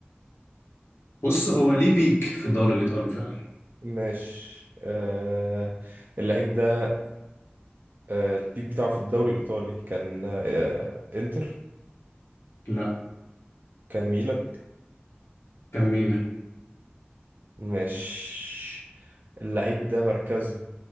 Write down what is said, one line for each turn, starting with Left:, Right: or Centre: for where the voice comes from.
Left: بص هو ليه بيك في الدوري الايطالي فعلا
Right: ماشي آه اللعيب ده آه البيك بتاعه في الدوري الإيطالي كان آه إنتر
Left: لا
Right: كان ميلان
Left: كميلة
Right: ماشي اللعيب ده مركزه